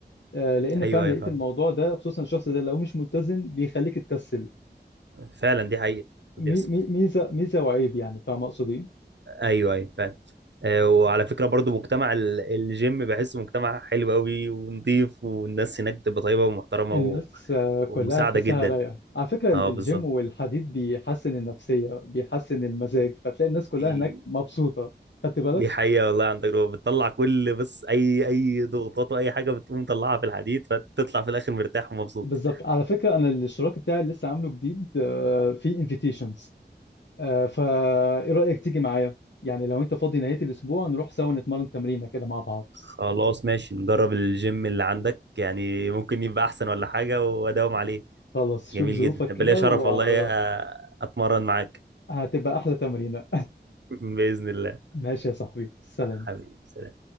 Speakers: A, on the left; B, on the right.
A: آه لان
B: ايوه
A: فعلا
B: ايوه
A: لقيت
B: فاهم
A: الموضوع ده خصوصا الشخص ده لو مش ملتزم بيخليك تكسل
B: فعلا دي حقيقه بيحصل
A: مي مي ميزه ميزه وعيب يعني فاهم اقصد ايه
B: ايوه ايوه فعلا آه، وعلى فكره برضو مجتمع ال- الجيم بحسه مجتمع حلو قوي ونضيف والناس هناك بتبقى طيبه ومحترمه
A: الناس
B: و...
A: آه،
B: ومساعده
A: كلها تحسها
B: جدا
A: رايقه على فكره ال-
B: اه
A: الجيم
B: بالظبط
A: والحديد بيحسن النفسيه بيحسن المزاج فتلاقي الناس كلها
B: دي
A: هناك مبسوطه خدت بالك
B: دي حقيقة والله عن تجربة بتطلع كل بس أي أي ضغوطات وأي حاجة بتقوم مطلعها في الحديد فتطلع في الآخر مرتاح ومبسوط
A: بالظبط على فكرة أنا الاشتراك بتاعي اللي لسه عامله جديد آه، فيه انفيتيشنز فا إيه رأيك تيجي معايا؟ يعني لو أنت فاضي نهاية الأسبوع نروح سوا نتمرن تمرينة كده مع بعض
B: خلاص ماشي نجرب الجيم اللي عندك يعني ممكن يبقى أحسن ولا حاجة وأداوم عليه
A: خلاص شوف
B: جميل
A: ظروفك
B: جدا هيبقى
A: كده
B: ليا شرف
A: وأعرف
B: والله أ- أتمرن معاك
A: هتبقى أحلى تمرينة
B: <laughs> بإذن الله
A: <laughs> ماشي يا صاحبي سلام
B: حبيبي سلام